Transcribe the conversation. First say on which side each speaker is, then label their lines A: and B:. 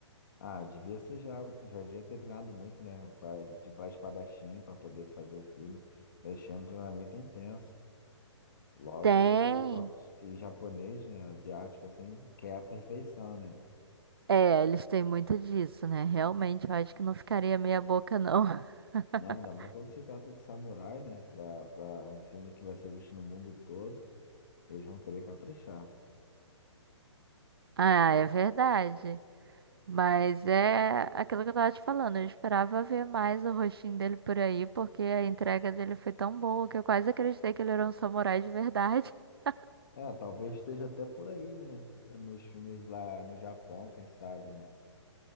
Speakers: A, on the left; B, on the right.
A: Ah, devia ser já, já devia ter treinado muito, né? Pra, de pra espadachim, pra poder fazer o filme. Eles tinham um treinamento intenso. Logo,
B: Tem.
A: pa- e japonês, né? Asiático, assim, quer a perfeição, né?
B: É, eles têm muito disso, né? Realmente, eu acho que não ficaria meia boca, não. <laughs>
A: Não, ainda mais quando se trata de samurai, né? Pra, pra um filme que vai ser visto no mundo todo, eles vão querer caprichar.
B: Ah, é verdade. Mas é aquilo que eu tava te falando, eu esperava ver mais o rostinho dele por aí, porque a entrega dele foi tão boa que eu quase acreditei que ele era um samurai de verdade. <laughs>
A: É, talvez esteja até por aí, né? Nos filmes lá no Japão, quem sabe, né?